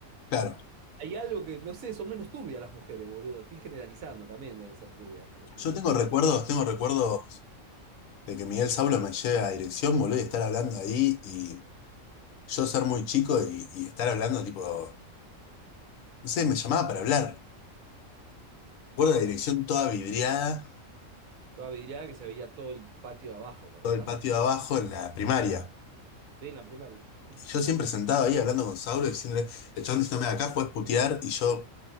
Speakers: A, on the left; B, on the right.
A: claro.
B: Hay algo que, no sé, son menos turbias las mujeres, boludo. Estoy generalizando también, deben ser turbias en algún punto,
A: Yo tengo
B: ¿no?
A: recuerdos, tengo recuerdos
B: Sí.
A: de que Miguel Saulo me lleve a dirección, boludo, y estar hablando ahí y yo ser muy chico y, y estar hablando tipo, no sé, me llamaba para hablar. Recuerdo la dirección toda vidriada,
B: Toda vidriada que se veía todo el patio de abajo, ¿te acordás?
A: todo el patio de abajo en la primaria.
B: Sí, en la primaria. Mm.
A: Y yo siempre sentado ahí hablando con Saulo, diciéndole, el chabón diciéndome acá puedes putear y yo